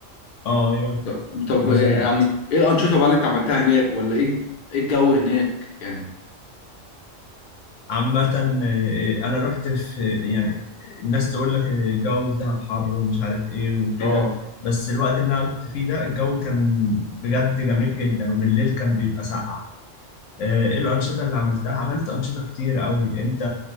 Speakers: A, on the left (about 70°); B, on the left (about 50°).
A: اه ايوه
B: طب طب
A: مظبوط
B: يعني ايه الانشطه بقى اللي انت عملتها هناك ولا ايه ايه الجو هناك يعني
A: عامة آه، آه، أنا رحت في يعني الناس تقول لك آه، الجو في دهب حر ومش عارف إيه وكده
B: اه
A: بس الوقت اللي أنا رحت فيه ده الجو كان بجد جميل جدا وبالليل كان بيبقى ساقع آه، إيه الأنشطة اللي عملتها؟ عملت أنشطة كتير قوي أنت